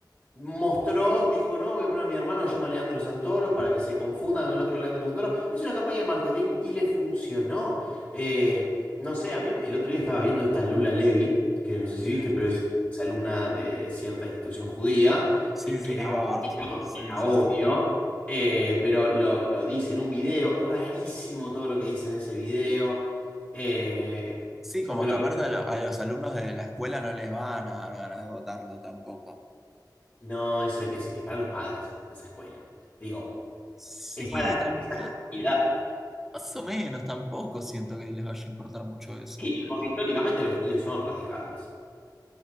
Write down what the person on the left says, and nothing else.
mostró, dijo, no, voy a poner a mi hermano que se llama Leandro Santoro para que se confunda con el otro Leandro Santoro. Hizo una campaña de marketing y le funcionó. Eh, no sé, a mí el otro día estaba viendo esta Lula Levy, que no sé
si viste, pero es alumna de cierta institución judía,
eh, que
era
obvio,
era
obvio. eh, pero lo, lo dice en un video, rarísimo todo lo que dice en ese video. eh,
yo creo
que
No, eso es, es para los padres de esa escuela. Digo,
es para
esa
comunidad.
Y porque históricamente los judíos son radicales.